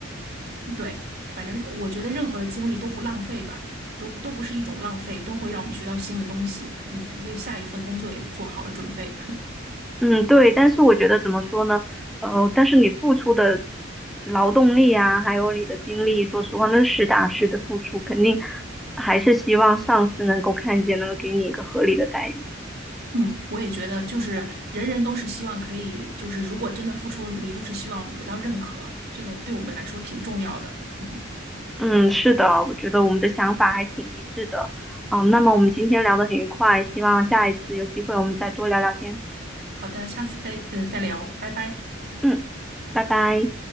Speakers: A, on the right; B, in the centre.
A: 对，反正我觉得任何的经历都不浪费吧，都不都不是一种浪费，都会让我们学到新的东西。嗯，为下一份工作也做好了准备。
B: 嗯，对，但是我觉得怎么说呢？呃，但是你付出的劳动力啊，还有你的精力，说实话，那实打实的付出，肯定还是希望上司能够看见，能够给你一个合理的待遇。
A: 嗯，我也觉得，就是人人都是希望可以，就是如果真的付出了努力，都是希望得到认可，这个对我们来说挺重要的。嗯，
B: 嗯，是的，我觉得我们的想法还挺一致的。嗯，那么我们今天聊得很愉快，希望下一次有机会我们再多聊聊天。
A: 好的，下次再呃再聊，拜拜。
B: 嗯，拜拜。